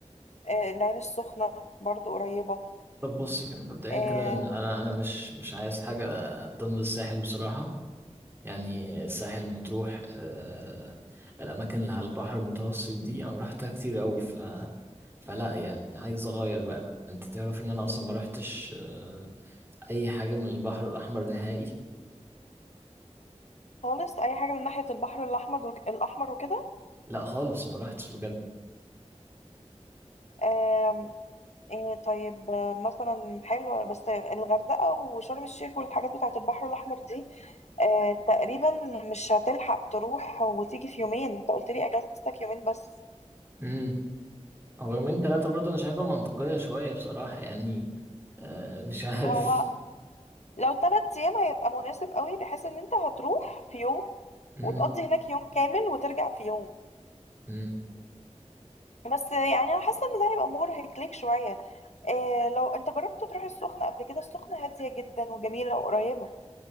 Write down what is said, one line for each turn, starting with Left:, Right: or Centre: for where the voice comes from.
Left: آه، العين السخنة برضو قريبة
Right: طب بصي يعني مبدئيا
Left: آه،
Right: كده انا انا مش مش عايز حاجه ضمن الساحل بصراحه يعني الساحل مطروح أه الاماكن اللي على البحر المتوسط دي انا رحتها كتير قوي ف فلا يعني عايز اغير بقى انت تعرف ان انا اصلا ما رحتش أه اي حاجه من البحر الاحمر نهائي
Left: خالص أي حاجة من ناحية البحر الأحمر وك- الأحمر وكده
Right: لا خالص ما رحتش بجد
Left: آم، آه، طيب آه، مثلا حلوة بس الغردقة وشرم الشيخ والحاجات بتاعة البحر الأحمر دي آه، تقريبا مش هتلحق تروح وتيجي في يومين انت قلت لي اجازتك يومين بس
Right: امم هو يومين ثلاثة برضه أنا شايفها منطقية شوية بصراحة يعني آه مش عارف
Left: هو لو تلات أيام هيبقى مناسب قوي بحيث إن أنت هتروح في يوم
Right: امم
Left: وتقضي هناك يوم كامل وترجع في يوم
Right: امم
Left: بس يعني أنا حاسة إن ده هيبقى مرهق ليك شوية إيه لو أنت جربت تروح السخنة قبل كده السخنة هادية جدا وجميلة وقريبة